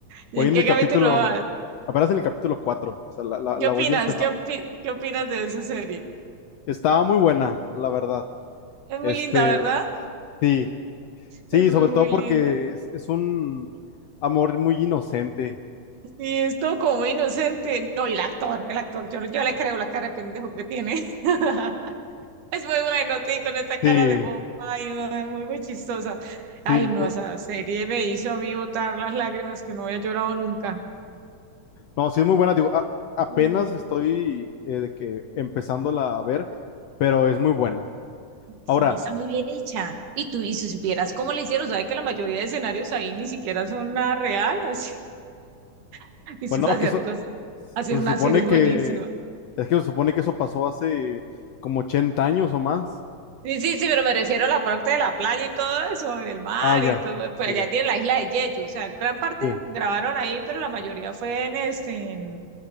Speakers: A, on the right (about 75°); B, on the left (about 75°).
A: ¿Y
B: Voy
A: en
B: en
A: qué
B: el capítulo,
A: capítulo vas?
B: apenas en el capítulo cuatro o sea, la, la
A: ¿Qué
B: la
A: opinas?
B: voy empezando.
A: ¿Qué opi- qué opinas de esa serie?
B: Estaba muy buena, la verdad.
A: Es muy
B: Este,
A: linda, ¿verdad?
B: Sí, sí,
A: Es muy,
B: sobre
A: muy
B: todo porque
A: linda.
B: es, es un amor muy inocente.
A: y es todo como inocente. No, y el actor, el actor, yo, yo le creo la cara de pendejo que tiene. <laughs> Es muy bueno, sí, con esta cara
B: Sí,
A: de bobo. Ay, no, es muy, muy chistosa. Ay,
B: sí, lo-
A: no, esa serie me hizo a mí botar las lágrimas que no había llorado nunca.
B: no, sí es muy buena. Digo, a- apenas
A: Yo
B: estoy eh, de que empezándola a ver, pero es muy buena.
A: Sí,
B: Ahora,
A: está muy bien hecha. Y tú, y si supieras cómo le hicieron, sabes que la mayoría de escenarios ahí ni siquiera son nada real. Así, <laughs> esos
B: bueno,
A: asiáticos
B: es que eso,
A: hacen
B: pues,
A: unas
B: se supone
A: series buenísimas.
B: que, es que se supone que eso pasó hace como 80 años o más.
A: Sí, sí, sí, pero me refiero a la parte de la playa y todo eso, el mar
B: Ah, ya,
A: y todo. Pues
B: ya,
A: allá
B: ya,
A: tiene la isla de Jeju, o sea, gran parte
B: sí,
A: grabaron ahí, pero la mayoría fue en este, en,